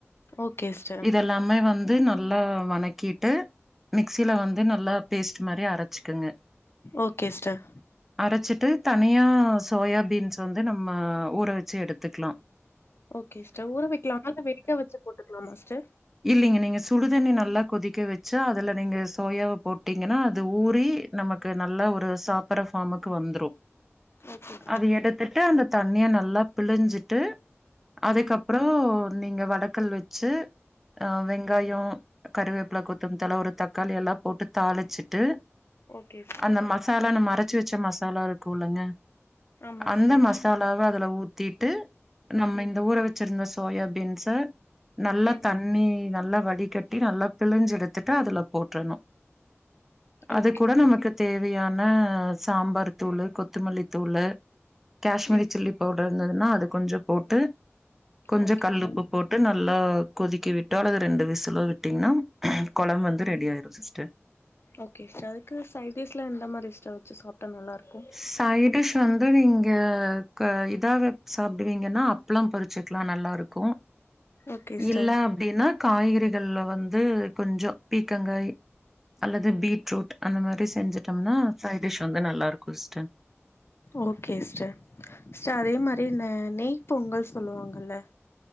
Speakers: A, on the left; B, in the centre.
A: ஓகே சிஸ்டர்
B: எல்லாமே வந்து நல்லா வணக்கிட்டு மிக்சில வந்து நல்லா பேஸ்ட் மாரி அரச்சிக்குங்க
A: ஓகே சிஸ்டர்
B: அரச்சிட்டு தனியா சோயா பீன்ஸ் வந்து நம்ம ஊற வச்சு எடுத்துக்கலா
A: ஓகே சிஸ்டர் ஊற வைக்கலாமா வெடிக்க வெச்சு போட்டுக்கலாமா சிஸ்டர்
B: இல்லைங்க நீங்க சுடுதண்ணி நல்லா கொதிக்க வச்சா அதுல நீங்க சோயாவை போட்டீங்கன்னா அது ஊறி நமக் க்கு நல்லா ஒரு சாப்படுற ஃபார்முக்கு வந்துரும்
A: ஓகே
B: அத எடுத்துட்டு அந்த தண்ணிய நல்லா பிழிஞ்சிட்டு அதுக்கப்றோ
A: ம்
B: நீங்க வடக்கல் வச்சு ஆ வெங்காயோ கருவேப்பில கொத்தமல்லி தல ஒரு தக்காளி எல்லா போட்டு தாளிச்சிட்டு
A: ஓகே சிஸ்டர்
B: அந்த மசாலா நம்ம அரச்சு வச்ச மசாலா இருக்கும்லங்க
A: ஆமா
B: அந்த
A: சிஸ்டர்
B: மசா லாவ அதுல ஊத்திட்டு நம்ம
A: ம்
B: இந்த ஊர வச்சிருந்த சோயா பீன்ஸ நல்லா
A: ம்
B: தண்ணி நல்லா வடிகட்டி நல்லா பிழிஞ்சு எடுத்துட்டு அதுல போட்டுணும் அது
A: ஓகே
B: கூட நமக்கு தேவையான சாம்பார் தூள் கொத்தமல்லி தூள் காஷ்மீரி
A: ம்
B: சில்லி பவுடர் இருந்துதுனா அது கொஞ்சோ போட்டு கொஞ்ச
A: ஓகே
B: கல்
A: சிஸ்டர்
B: போட்டு ந நல்லா கொதிக்க விட்டோ அல்லது ரெண்டு விசலோ விட்டீங்கன்னா கொழம்பு வந்து ரெடி ஆயிடும் சிஸ்டர்
A: ஓகே சிஸ்டர் அதுக்கு சைட்டிஸ்லா எந்த மாரி சிஸ்டர் வெச்சு சாப்ட்டா நல்லாருக்கும்
B: சைட்டிஷ் வந்து நீங்க இதாவ சாப்பிடுவீங்கன்னா அப்பளோ பொறிச்சுக்கலா நல்லாருக்கும்
A: ஓகே சிஸ்டர்
B: இல்ல அப்படின்னா காய்கறிகள்ல வந்து கொஞ்சோ பீக்கங்காய் அல்லது பீட்ரூட் அந்த மாரி செஞ்சட்டோம்னா சைடிஷ் வந்து நல்லா இருக்கும் சிஸ்டர்
A: ஓகே சிஸ்டர் சிஸ்டர் அதே மாரி இந்த நெய் பொங்கல்ன்னு சொல்லுவாங்கல்ல